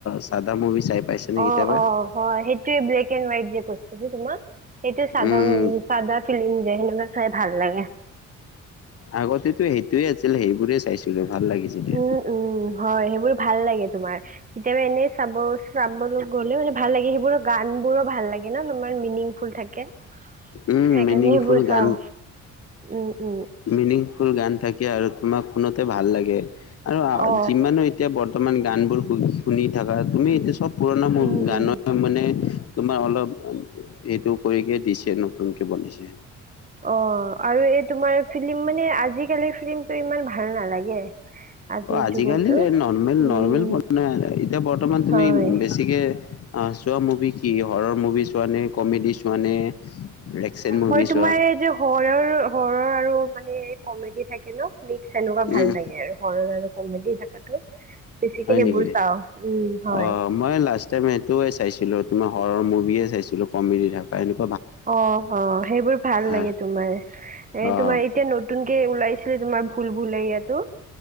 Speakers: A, on the left; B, on the right.
A: চাদা মুভি। চাই পাইছে নে
B: অ
A: কেতিয়াবা
B: অ হয় সেইটোৱে ব্লেক এণ্ড হোৱাইট যে কৈছে যে তোমাক। সেইটো চাদা
A: উম
B: উ চাদা ফিল্ম যে সেনেকুৱা চাই ভাল লাগে।
A: আগতেতো সেইটোয়ে আছিল সেইবোৰে চাইছিলো। ভাল লাগিছিলে
B: উম, উম, হয় সেইবোৰ ভাল লাগে। তোমাৰ কেতিয়াবা এনে চাব চাবলৈ গ'লে মানে ভাল লাগে সেইবোৰৰ গান বোৰো ভাল লাগে ন' তোমাৰ। মিনিং ফুল থাকে
A: উম
B: সেইকাৰণে
A: মিনিংফুল
B: সেইবোৰ চাওঁ
A: গান
B: উম, উম।
A: মিনিংফুল গান থাকে আৰু তোমাক শুনোতে ভাল লাগে। আৰু
B: অ
A: যিমানো এতিয়া বৰ্তমান গান বোৰ শু শুনি থাকা তুমি এতিয়া চব পুৰণা মোৰ
B: উম
A: গানৰ
B: উম
A: মানে তোমাৰ অলপ সেইটো কৰিকে দিছে নতুন কে বনিছে
B: অ আৰু এই তোমাৰ ফিলি্ম মানে, ‌ আজিকালি ফিলি্মতটো ইমান ভাল নালাগে। আজিৰ
A: অ, আজিকালি
B: যুগৰটো
A: নৰ্মেল
B: উম
A: - নৰ্মেল এতিয়া বৰ্তমান তুমি
B: হয়
A: বেছিকে চোৱা মুভি কি, হৰৰ মুভি চোৱা নে কমেডি চোৱা নে? একচন মুভি
B: মই তোমাৰ
A: চোৱা
B: এই যে হৰৰ, হৰৰ আৰু মানে কমেডি থাকে ন মিক্স <unintelligible> এনেকুৱা ভাল
A: উম
B: লাগে আৰু সৰল আৰু কমেডি থাকাাতো। বেছিকে
A: হয়
B: সেইবোৰ
A: নেকি?
B: চাও উম, হয়।
A: অ' মই লাষ্ট টাইম সেইটো চাইছিলো, তোমাৰ হৰৰ মুভিয়ে চাইছিলো, কমেডি থকা এুৱা।
B: অ - অ সেইবোৰ ভাল লাগে
A: অ'
B: তোমাৰ এ
A: অ',
B: তোমাৰ এতিয়া নতুন ওলাইছিলে তোমাৰ ভুল - ভুল ইয়াতো